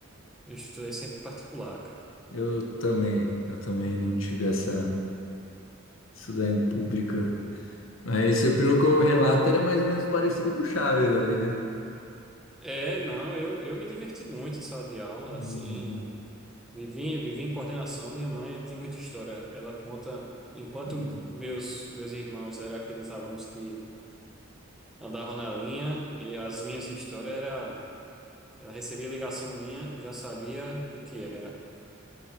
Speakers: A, in the centre; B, on the left.
A: eu estudei sempre particular, cara.
B: Eu também, eu também não tive essa isso daí em pública. Mas eu- pelo que eu relato, era mais ou menos parecido com o Chaves ali, né?
A: É, não, eu, eu me diverti muito em sala de aula,
B: Uhum,
A: assim, vivi, vivi em coordenação, minha mãe tem muita história, ela conta, enquanto
B: uhum.
A: meus, meus irmãos eram aqueles alunos que andavam na linha, e as minhas histórias era, ela recebia ligação minha, já sabia o que era.